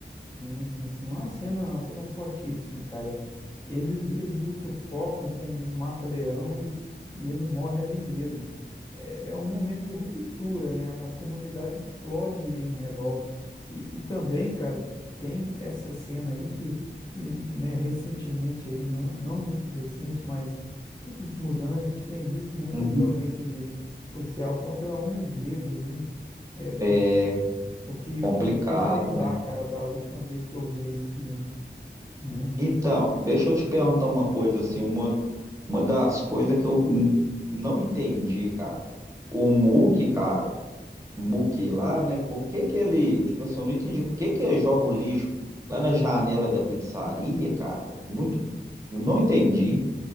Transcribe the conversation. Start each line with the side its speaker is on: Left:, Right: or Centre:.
Left: Sim, sim, sim. Uma cena, uma cena fortíssima, cara. Eles, eles o sufocam com um mata-leão e, e ele morre ali mesmo. É, é um momento de ruptura, né? A comunidade explode em revolta. E, e também, cara, tem essa cena aí que, que né, recentemente aí, não, não muito recente, mas nos últimos anos a gente tem visto muita
Right: Uhum.
Left: violência de de policial contra homens negros, né? É,
Right: é
Left: o O que,
Right: complicado,
Left: o que me fez lembrar,
Right: né?
Left: cara, da última vez que eu vi esse filme, né?
Right: Então, deixa eu te perguntar uma coisa, assim, uma, uma das coisas que eu n- não entendi, cara. O Mookie, cara, o Mookie lá, né? Por que que ele, tipo assim, eu não entendi por que que ele joga o lixo lá na janela da pizzaria, cara? É Muito, eu não entendi.